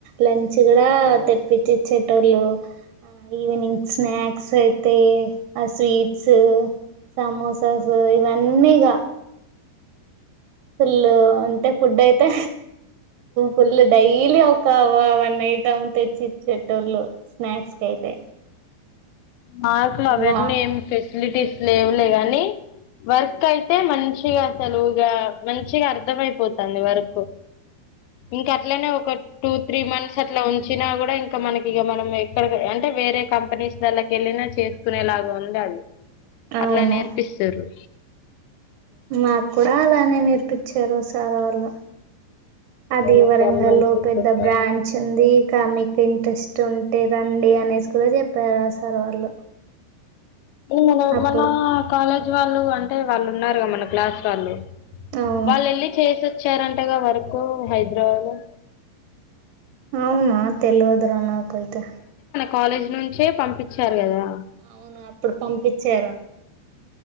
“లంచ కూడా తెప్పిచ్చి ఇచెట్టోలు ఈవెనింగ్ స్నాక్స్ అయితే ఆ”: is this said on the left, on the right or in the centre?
Right